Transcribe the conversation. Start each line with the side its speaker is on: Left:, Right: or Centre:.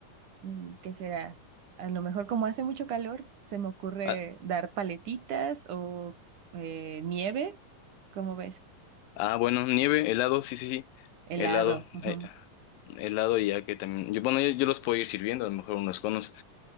Right: mm, ¿qué será? A lo mejor como hace mucho calor, se me ocurre
Left: Ah,
Right: dar paletitas o eh, nieve, ¿cómo ves?
Left: ah, bueno, nieve, helado, sí, sí, sí.
Right: Helado.
Left: Helado.
Right: ujú.
Left: eh, helado y ya que también... Yo, bueno, yo, yo los puedo ir sirviendo, a lo mejor unos conos.